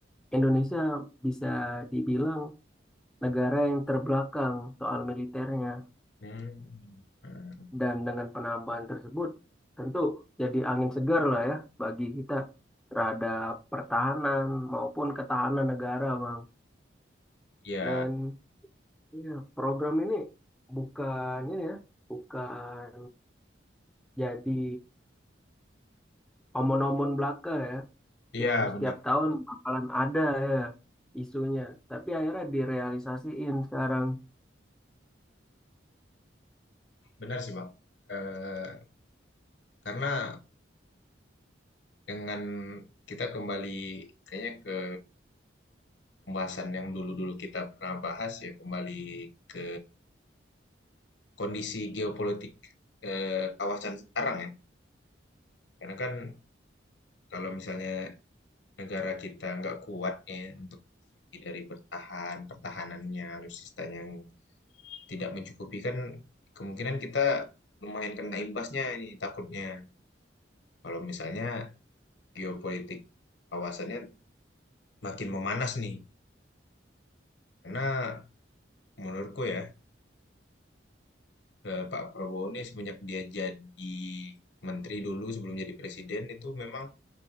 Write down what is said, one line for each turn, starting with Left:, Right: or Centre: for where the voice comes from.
Centre: Indonesia bisa dibilang negara yang terbelakang soal militernya.
Left: Hmm. hmm.
Centre: Dan dengan penambahan tersebut, tentu jadi angin segar lah ya bagi kita terhadap pertahanan maupun ketahanan negara, Bang.
Left: Iya,
Centre: Dan ya, program ini bukan ini ya, bukan jadi omon-omon belaka ya,
Left: iya
Centre: yang setiap
Left: benar.
Centre: tahun bakalan ada ya isunya. Tapi akhirnya direalisasiin sekarang
Left: Benar sih, Bang. Eh, karena dengan kita kembali kayaknya ke pembahasan yang dulu-dulu kita pernah bahas ya, kembali ke kondisi geopolitik eh, kawasan sekarang ya. Karena kan kalau misalnya negara kita nggak kuat nih untuk segi dari bertahan, pertahanannya, alutsistanya yang tidak mencukupi kan kemungkinan kita lumayan kena imbasnya ini takutnya. Kalau misalnya geopolitik kawasannya makin memanas nih. Karena menurutku ya, eh, Pak Prabowo ini semenjak dia jadi menteri dulu sebelum jadi presiden itu memang